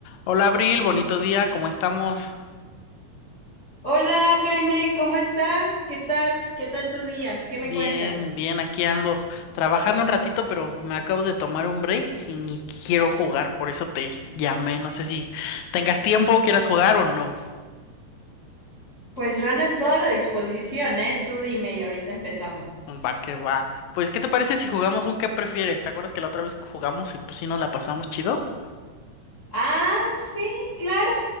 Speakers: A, on the left; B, on the left.
A: Hola Abril, bonito día, ¿cómo estamos?
B: Hola Jaime, ¿cómo estás? ¿Qué tal? ¿Qué tal tu día? ¿Qué me
A: Bien,
B: cuentas?
A: bien, aquí ando trabajando un ratito, pero me acabo de tomar un break y quiero jugar, por eso te llamé, no sé si tengas tiempo, quieras jugar o no.
B: Pues yo ando en toda la disposición, ¿eh? Tú dime y ahorita empezamos.
A: Va que va. Pues, ¿qué te parece si jugamos un qué prefieres? ¿Te acuerdas que la otra vez jugamos y pues sí nos la pasamos chido?
B: Ah, sí, claro,